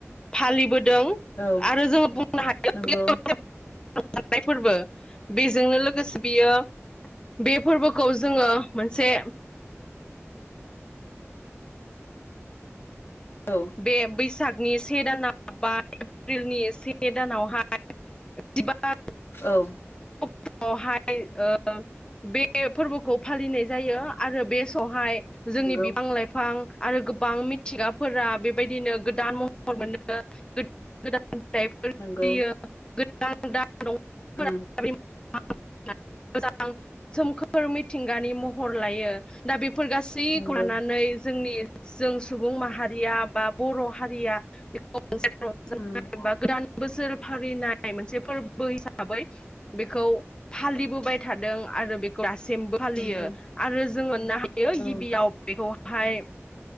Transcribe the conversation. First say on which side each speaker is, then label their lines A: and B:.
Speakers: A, on the left; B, on the left.
A: फालिबोदों
B: औ
A: आरो जों बुंनो हायो।
B: नंगौ
A: नाय फोरबो बेजोंनो लोगोसे बियो बे फोरबोखौ जोङो मोनसे
B: औ
A: बे बैसाग नि से दानाव बा एप्रिलनि से दानावहाय जिबा
B: औ
A: <unintelligible> हाय ओ बे फोर्बोखौ फालिनाय जायो। आरो बे सहाय जोंनि
B: नंगौ
A: बिफां लाइफां आरो गोबां मिथिंगाफोरा बेबायदिनो गोदान महर <unintelligible> मोनो गोद-गोदान <inaudible> गो
B: नंगौ
A: <unintelligible> दा दं <unintelligible> फोरा
B: उम
A: आ <unintelligible> बिम <unintelligible> मोजां सोमखोर मिथिंगानि महर लायो। दा बे फोर गासैखौ
B: नंगौ
A: लानानै जोंनि जों सुबुं माहारिया बा बर' हारिया बेखौ मोनसे रंजानाय
B: उम
A: बा गोदान बोसोर फालिनाय नाय मोनसे फोर्बो हिसाबै बेखौ फालिबोबाय थादों आरो बेखौ दा सिमबो फालियो।
B: नंगौ
A: आरो जों मोननो हायो
B: औ
A: गिबियाव बेखौ हाय